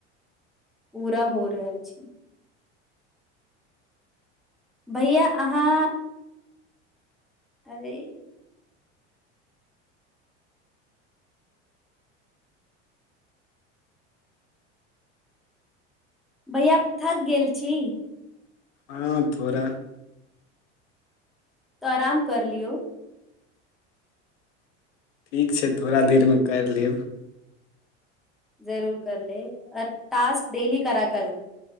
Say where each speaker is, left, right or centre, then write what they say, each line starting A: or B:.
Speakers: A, in the centre; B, on the left (about 75°).
A: पूरा हो रहल छै भैया अहाँ अरे भैया थक गेल छी
B: हां, थोड़ा
A: त अराम कर लियौ
B: ठीक छै थोड़ा देरमे करि लेब
A: जरुर कर लेब आ टास्क डेेली करा करु